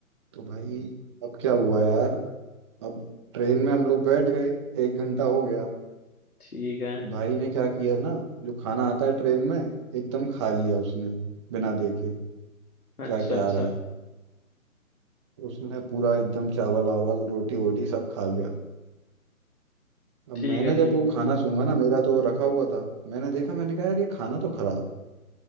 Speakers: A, on the right; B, on the left.
A: तो भाई अब क्या हुआ यार अब ट्रेन में हम लोग बैठ गए एक घंटा हो गया
B: ठीक है
A: वो भाई ने क्या किया ना जो खाना आता है ट्रेन में एकदम खा लिया उसने बिना देखे क्या
B: अच्छा
A: क्या
B: अच्छा
A: आ रहा है उसने पूरा एकदम चावल वावल रोटी वोटी सब खा गया अब
B: ठीक
A: मैंने
B: है
A: जब
B: ठीक
A: वो
B: है
A: खाना सूंघा ना मेरा तो रखा हुआ था मैंने देखा मैंने कहा यार ये खाना तो खराब है।